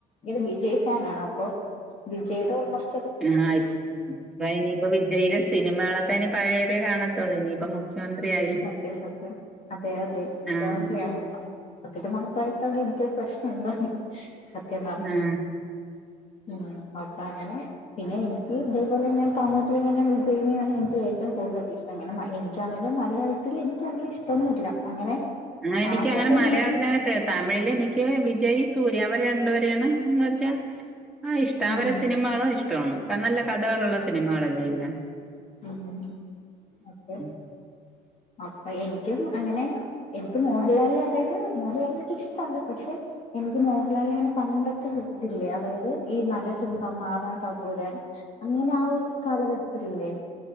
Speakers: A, on the left; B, in the centre.
A: ഇത് വിജയ് ഫാനാണ് അപ്പൊ വിജയിടോടുള്ള സ്
B: ആഹ് ഇപ്പൊ ഇനിയിപ്പ വിജയിയുടെ സിനിമകളൊക്കെ ഇനി പഴയതേ കാണത്തോള്ളൂ ഇനിയിപ്പം മു ഖ്യമന്ത്രി ആയി
A: സത്യം സത്യം അതെ അതെ
B: ആ
A: <unintelligible> ഇപ്പായിട്ടടെ എനിക്കൊരു പ്രശ്നം ണ്ട് സത്യം പർഞ്ഞോ
B: ആ
A: ഉം അപ്പ അങ്ങനെ പിന്നെ എനി ഇതേപോലെ ഞാ താഴോട്ടിൽ ങ്ങനെ വിജയിനെയാണ് എനിക്ക് ഏറ്റവും കൂടുതൽ ഇഷ്ടം അങ്ങനെ എനിക്കാണെങ്കും മ <unintelligible> എനിക്ക് അങ്ങനെ ഇഷ്ടൊന്നുമില്ല അങ്ങനെ
B: ആഹ് എനിക്ക്
A: ആരാധന
B: അങ്ങനെ മലയാളത്തിലെ
A: മൂ-
B: എഹ് തമിഴില് എനിക്ക് വിജയ്, സൂര്യ അവര് രണ്ടുപേരെയാണ് എന്ന് വെച്ച ആഹ് ഇഷ്ട
A: ഉം
B: അവരെ സിനിമകളും ഇഷ്ടമാണ് നല്ല കഥകളുള്ള സിനിമകളല്ലെ എല്ലാം.
A: ഉം അപ്പോ
B: <inaudible>
A: അപ്പ എനിക്കും അങ്ങനെ എനിക്ക്‌ മോഹൻലാലിനെ അതായത് മോഹൻലാലിന ഒക്കെ ഇഷ്ടാണ് പക്ഷെ എനിക്ക് മോഹൻലാലിലെ പണ്ടത്തെ ഇതില്ലേ അതായത് ഈ നരസിംഹം, മാറാൻ, തമ്പുരാൻ അങ്ങനെ ആഹ് ഒരു കാലഘട്ടത്തിലല്ലേ